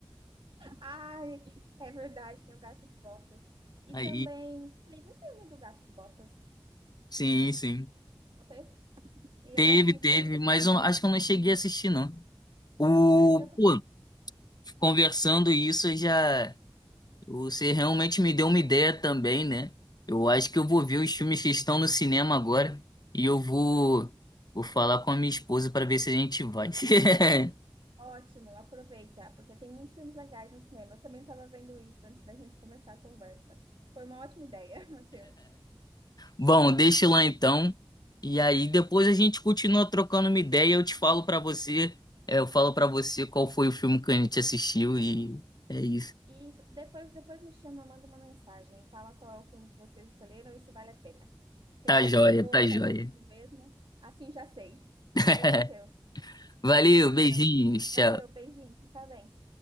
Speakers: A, on the right; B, on the left.
A: Ai, é verdade, tem o Gato de Botas. E
B: Aí,
A: também teve o filme do Gato de Botas,
B: sim, sim.
A: não teve? E
B: Teve,
A: eu gosto muito
B: teve,
A: dele.
B: mas
A: Pra mim,
B: eu acho que eu não cheguei a assistir, não. O,
A: eu também.
B: pô, conversando isso já você realmente me deu uma ideia também, né? Eu acho que eu vou ver os filmes que estão no cinema agora e eu vou vou falar com a minha esposa para ver se a gente vai. <laughs>
A: Ótimo, aproveita, porque tem muitos filmes legais no cinema. Eu também estava vendo isso antes da gente começar a conversa. Foi uma ótima ideia, <laughs> Matheus.
B: Bom, deixa lá então. E aí depois a gente continua trocando uma ideia, eu te falo para você, é, eu falo para você qual foi o filme que a gente assistiu e é isso.
A: E isso, depois, depois me chama, manda uma mensagem, fala qual é o filme que vocês escolheram e se vale a pena. Porque
B: Tá
A: vai
B: joia,
A: que eu vou
B: tá
A: e
B: joia.
A: quero assistir mesmo, assim já sei. Tá
B: <laughs>
A: bem, Matheus?
B: Valeu,
A: Matheus,
B: beijinhos, tchau.
A: valeu, beijinho, fica bem.